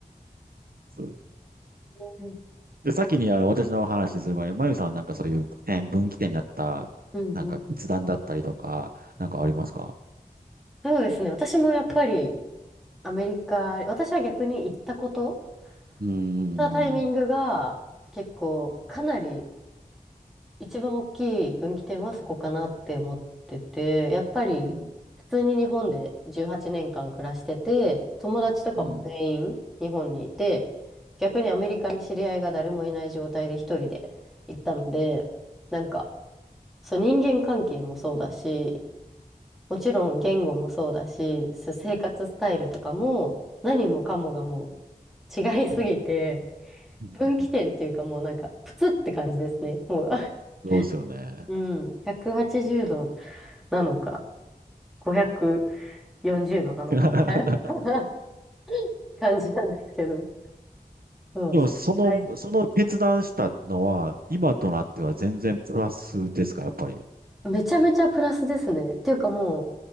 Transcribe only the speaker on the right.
そう
で、先にあの私の話する前に、まゆさんはなんかそういう点、分岐点になった、
なんか決断だったりとか、なんかありますか
うーん、
うん、
うん、
う
ん。
そうですよね。
<laughs>
でも、
その、その決断したのは、今となっては全然プラスですか、やっぱり。